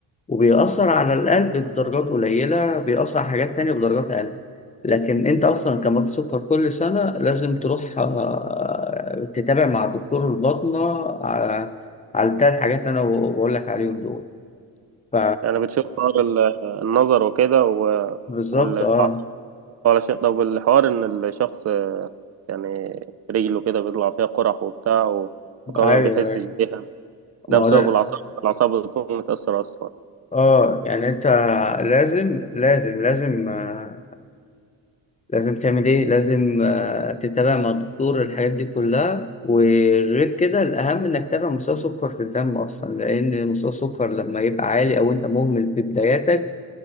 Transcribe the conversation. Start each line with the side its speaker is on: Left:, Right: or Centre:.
Left: وبيأثر على القلب بدرجات قليلة بيأثر على حاجات تانية بدرجات أقل لكن أنت أصلا كمريض سكر كل سنة لازم تروح آه، تتابع مع دكتور الباطنة على على التلات حاجات اللي أنا بقول لك عليهم دول ف
Right: يعني بتشوف حوار ال- النظر وكده و-
Left: بالظبط
Right: والعصب
Left: أه
Right: علشان طب الحوار ان الشخص يعني رجله كده بيطلع فيها قرح وبتاع و- وكمان
Left: أيوه
Right: ما بيحسش بيها
Left: ما
Right: ده
Left: هو
Right: بسبب
Left: ده
Right: الأعصاب الأعصاب بتكون متأثرة أصلا
Left: أه يعني أنت لازم لازم لازم آه، لازم تعمل ايه لازم آه، تتابع مع الدكتور الحاجات دي كلها وغير كده الاهم انك تتابع مستوى سكر في الدم اصلا لان مستوى السكر لما يبقى عالي او انت مهمل في بداياتك